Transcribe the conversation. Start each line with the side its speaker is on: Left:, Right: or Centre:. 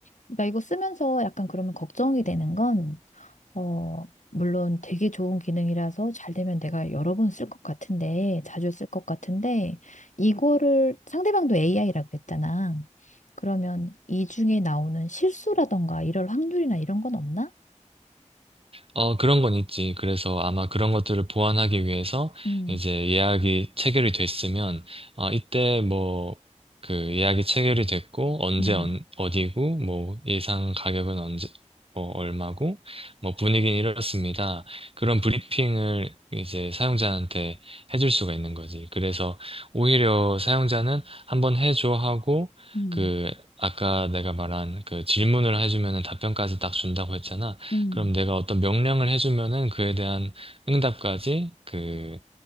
Left: 나 이거 쓰면서 약간 그러면 걱정이 되는 건, 어, 물론 되게 좋은 기능이라서 잘 되면 내가 여러 번 쓸 것 같은데, 자주 쓸 것 같은데, 이거를 상대방도 AI라 그랬잖아. 그러면 이 중에 나오는 실수라던가 이럴 확률이나 이런 건 없나?
Right: 어, 그런 건 있지. 그래서 아마 그런 것들을 보완하기 위해서
Left: 음,
Right: 이제 예약이 체결이 됐으면, 아, 이때 뭐, 그 예약이 체결이 됐고, 언제
Left: 음,
Right: 언, 어디고, 뭐, 예상 가격은 언제, 어, 얼마고, 뭐, 분위기는 이렇습니다. 그런 브리핑을 이제 사용자한테 해줄 수가 있는 거지. 그래서 오히려 사용자는 한번 해줘 하고,
Left: 음,
Right: 그, 아까 내가 말한 그 질문을 해주면 답변까지 딱 준다고 했잖아.
Left: 음,
Right: 그럼 내가 어떤 명령을 해주면은 그에 대한 응답까지 그,